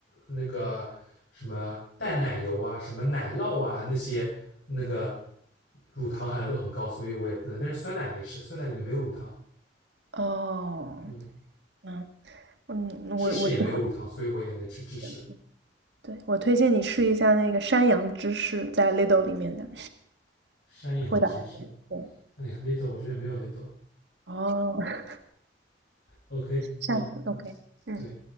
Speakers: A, on the left; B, on the right.
A: 那个什么淡奶油啊，什么奶酪啊，那些那个乳糖含量都很高，所以我也不能。但是酸奶没事，酸奶里面没有乳糖，
B: 哦，
A: 嗯，
B: 嗯嗯，
A: 芝士也没有乳糖，
B: 我我就
A: 所以我也能吃芝士。
B: <laughs> 对我推荐你试一下那个山羊芝士，在 Lidl 里面的，
A: 山羊芝士，
B: 味道还行。对，
A: 哎呀，Lidl e 我这边没有 Lidl。e
B: 哦
A: OK，好，
B: 这样次 OK，嗯，
A: 对，